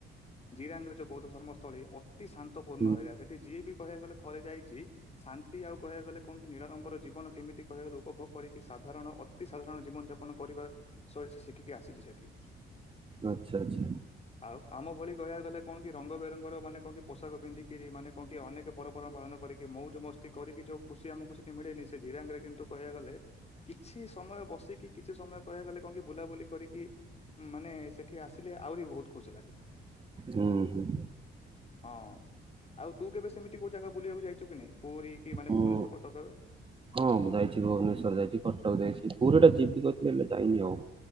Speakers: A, on the left; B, on the right.
A: ଜିରାଙ୍ଗରେ ଯୋଉ ବୌଦ୍ଧ ଧର୍ମ ସ୍ଥଳୀ ଅତି ଶାନ୍ତପୂର୍ଣ୍ଣ
B: ହୁଁ
A: ଏରିଆ ସେଠି ଯିଏ ବି କହିବା ଗଲେ ଥରେ ଯାଇଛି ଶାନ୍ତି ଆଉ କହିବା ଗଲେ କଣ କି ନିଳ ନମ୍ବର ଜୀବନ କେମିତି କହିବା ଗଲେ ଉପଭୋଗ କରିକି ସାଧାରଣ ଅତି ସାଧାରଣ ଜୀବନଯାପନ କରିବା ସବୁ ସେଇଠି ଶିଖିକି ଆସିଛି ସେଠି।
B: ଆଚ୍ଛା ଆଚ୍ଛା
A: ଆଉ ଆମ ଭଳି କହିବାକୁ ଗଲେ କଣ କି ରଙ୍ଗ ବେରଙ୍ଗର ମାନେ କଣ କି ପୋଷାକ ପିନ୍ଧିକିରି ମାନେ କଣକି ଅନେକ ପର୍ବପର୍ବାଣି ପାଳନ କରିକି ମୌଜ ମସ୍ତି କରିକି ଯୋଉ ଖୁସି ଆମକୁ ସେଠି ମିଳେନି ଜିରାଙ୍ଗରେ କିନ୍ତୁ କହିବା ଗଲେ କିଛି ସମୟ ବସିକି କିଛି ସମୟ କହିବାକୁ ଗଲେ କଣ ବୁଲାବୁଲି କରିକି ମାନେ ସେଠି ଆସିଲେ ଆହୁରି ବହୁତ ଖୁସି ଲାଗେ।
B: ହୁଁ ହୁଁ।
A: ହଁ ଆଉ ତୁ କେବେ ସେମିତି କୋଉ ଜାଗା ବୁଲିବାକୁ ଯାଇଛୁ କି ନାଇଁ ପୁରୀ କି ମାନେ
B: ମୁଁ
A: ଭୁବନେଶ୍ଵର କଟକରେ
B: ହଁ ଯାଇଛି ଭୁବନେଶ୍ୱର ଯାଇଛି କଟକ ଯାଇଛି ପୁରୀଟା ଯିବିି ହେଲେ ଯାଇନି ଆଉ।